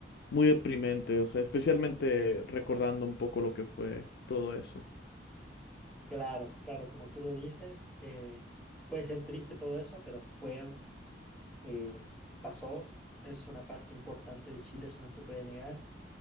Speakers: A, on the left (about 60°); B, in the centre.
A: muy deprimente, o sea, especialmente recordando un poco lo que fue todo eso.
B: Claro, claro, como tú lo dices, eh, puede ser triste todo eso, pero fue, eh, pasó, es una parte importante de Chile, eso no se puede negar.